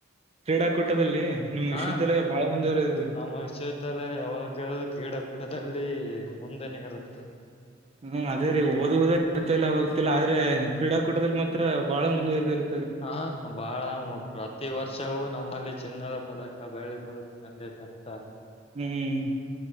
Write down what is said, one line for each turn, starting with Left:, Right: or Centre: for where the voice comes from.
Right: ಕ್ರೀಡಾಕೂಟದಲ್ಲಿ ನಿಮ್ ವಿಶ್ವವಿದ್ಯಾಲಯ
Left: ಹಾ
Right: ಬಾಳ ಮುಂದುವರೆದಿದೆ.
Left: ನಮ್ಮ ವಿಶ್ವವಿದ್ಯಾಲಯ ಯಾವಾಗಲೂ ಕ್ರೀಡಾಕೂಟದಲ್ಲಿ ಮುಂದೆನೇ ಇರುತ್ತೆ.
Right: ಹ್ಮ ಅದೇರೀ ಓದುವುದೇ ಇರ್ತೆಯಿಲ್ಲ ಹೋಗ್ತಿಲ್ಲ ಆದ್ರೆ ಕ್ರೀಡಾಕೂಟದಲ್ಲಿ ಮಾತ್ರ ಬಾಳ ಮುಂದುವರೆದಿರು
Left: ಹಾ ಬಾಳ. ಪ್ರತಿ ವರ್ಷವೂ ನಮ್ಮಲ್ಲಿ ಚಿನ್ನದ ಪದಕ ಬೆಳ್ಳಿ ಪದಕ ತಂದೆ ತರ್ತಾರ.
Right: ಹ್ಮ್